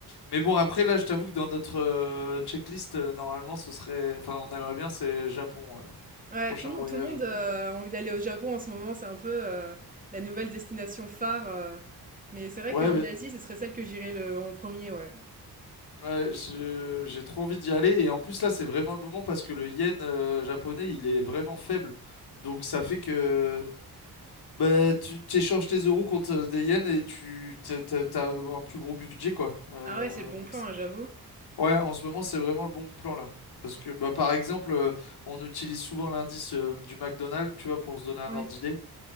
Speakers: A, on the left; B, on the right.
A: Mais bon, après, là, je t'avoue que dans notre euh, checklist, euh, normalement, ce serait... Enfin, on aimerait bien, c'est Japon, euh,
B: Ouais,
A: prochain
B: tout le
A: voyage.
B: monde tout le monde, heu, a envie d'aller au Japon en ce moment, c'est un peu, heu, la nouvelle destination phare, heu, mais c'est vrai
A: Ouais,
B: qu'en
A: mais
B: Asie, ce serait celle que j'irais le en premier ouais.
A: Ouais, je- j'ai trop envie d'y aller. Et en plus, là, c'est vraiment le moment parce que le yen euh, japonais, il est vraiment faible. Donc, ça fait que bah, tu échanges tes euros contre euh, des yens et tu t'as t'as- t'as un plus gros budget, quoi. Euh,
B: Ah ouais, c'est le bon
A: donc,
B: plan,
A: c'est-
B: hein, j'avoue.
A: ouais, en ce moment, c'est vraiment le bon plan, là. Parce que, bah, par exemple, euh, on utilise souvent l'indice euh, du McDonald's, tu vois, pour se donner un
B: Ouais.
A: ordre d'idée.